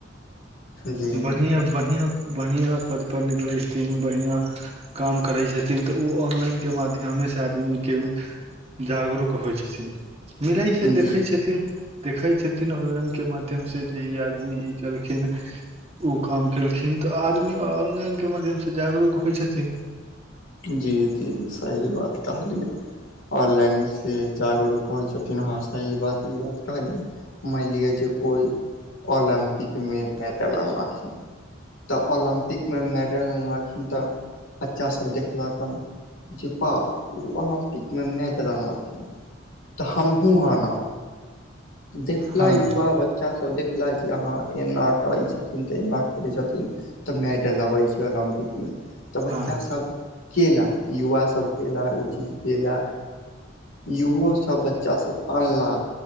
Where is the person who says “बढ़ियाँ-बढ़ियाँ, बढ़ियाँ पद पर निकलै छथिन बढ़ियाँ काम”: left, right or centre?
Right